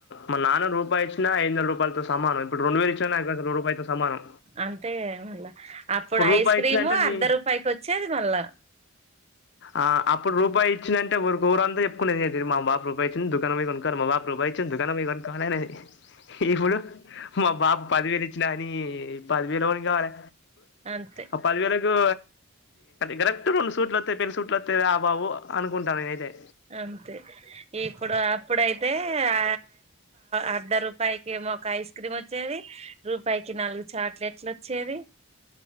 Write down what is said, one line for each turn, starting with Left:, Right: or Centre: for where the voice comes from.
Left: మా నాన్న రూపాయిచ్చిన ఐదొందల రూపాయలు సమానం ఇప్పుడు రెండు వేలు ఇచ్చిన నాకు అసలు రూపాయితో సమానం
Right: అంతే కద మళ్ళా అప్పుడు
Left: రూపాయి
Right: ఐస్ క్రీము
Left: ఇచ్చినంటే నీ
Right: అర్ధ రూపాయికి వచ్చేది మళ్ళా
Left: ఆ అప్పుడు రూపాయిచ్చింద అంటే ఒకరు ఉరంతా చెప్పుకునేది అ మా బాబు రూపాయి ఇచ్చిండు దుకాణం బొయి కొనుకు మా బాబు రూపాయి ఇచ్చిండు దుకాణం పొయి కొనుక్కొవాలనే ది ఇప్పుడు మా బాబు పదివేలిచ్చిన నీ పదివేలు ఎవరికీ కావాలి
Right: అంతే
Left: ఆ పదివేలకు కరెక్ట్గ రెండు సూట్లు వస్తయి పెళ్లి సూట్లస్తయి రా బాబు అనుకుంటా నేనయితే
Right: అంతే ఇప్పుడు అప్పుడైతే ఆ అర్ధ రూపాయి రూపాయికి ఒక ఐస్ క్రీమ్ వచ్చేది రూపాయికి నాలుగు చాక్లెట్లు వచ్చేది